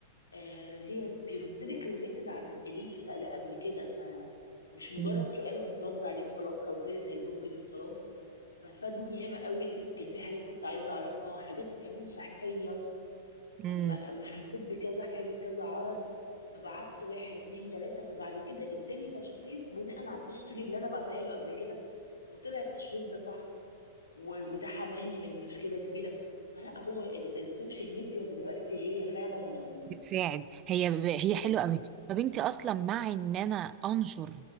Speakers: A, on the left; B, on the right.
A: آه، هي بيرد لك ريليتد عن اللي انت سالاه قبل كده فمش مجرد
B: مم.
A: سؤال وهيترد عليه وخلاص او زيه زي جوجل وخلاص ففادني ياما قوي كان في حاجات كنت عايزه اعرفها حاجات كمان صحيه
B: مم.
A: اما اما حسيت بكذا حاجه كذا عرض فبعت واحد اتنين تلاته فبعد كده اداني تشخيص بناء على الهيستوري اللي انا بعتها له قبل كده وطلع التشخيص ده صح و- وده حماني من مشكله كبيره فلا هو ال- السوشيال ميديا دلوقتي هي فعلا يعني
B: بتساعد هي
A: جدا
B: هي حلوه قوي طب انت اصلا مع ان انا انشر